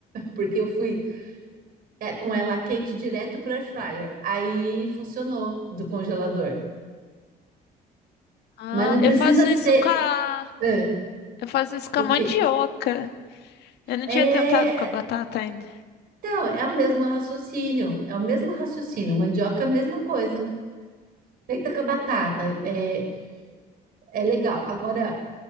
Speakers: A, on the right; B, on the left.
A: porque eu fui é, com ela quente direto pro air fryer. Aí funcionou do congelador.
B: Ah,
A: Mas não precisa
B: eu faço
A: ser.
B: isso com a,
A: Ah,
B: eu faço isso
A: coque...
B: com a mandioca. Eu não
A: É,
B: tinha tentado com a batata ainda.
A: então, é o mesmo raciocínio. É o mesmo raciocínio. Mandioca é a mesma coisa. Feita com a batata. É, é legal. Agora.